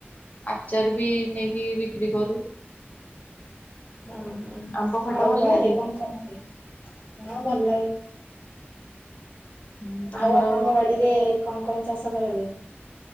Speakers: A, on the left (about 35°); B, on the left (about 70°).
A: ଆଚାର ବି ନେଇକି ବିକ୍ରି କରୁ।
B: ଉଁ ହୁଁ
A: ଆମ୍ବ ଖଟା
B: ଆଉ
A: ଭଲ
B: ବାଇରେ
A: ଲାଗେ
B: କଣ କଣ ଲାଗେ ହଁ ଭଲ ଲାଗେ।
A: ହୁଁ,
B: ଆଉ
A: ଆମର
B: ଆପଣଙ୍କ ବାଡିରେ ଙ୍କ ଙ୍କ ଚାଷ କରିଯାଏ?